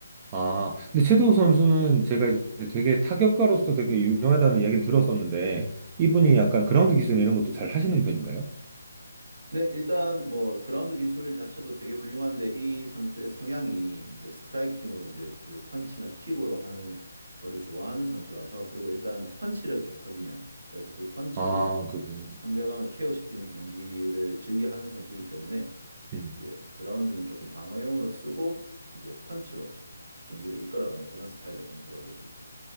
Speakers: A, on the right; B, on the right.
A: 아. 근데 최도우 선수는 제가 이제 되게 타격가로서 되게 유명하다는 이야기는 들었었는데, 이분이 약간 그라운드 기술 이런 것도 잘 하시는 편인가요?
B: 네, 일단 뭐 그라운드 기술 자체도 되게 훌륭한데 이 선수의 성향이 이제 스트라이킹으로 이제 그 펀치나 킥으로 하는 거를 좋아하는 선수라서 그리고 일단 펀치력이 좋거든요. 그래서 그 펀치로
A: 아, 그렇구나.
B: 상대방을 케어시키는 경기를 즐겨 하는 선수이기 때문에
A: 음.
B: 이제 그라운드는 조금 방어용으로 쓰고 이제 펀치로 경기를 이끌어가는 그런 스타일의 선수라 볼 수 있죠.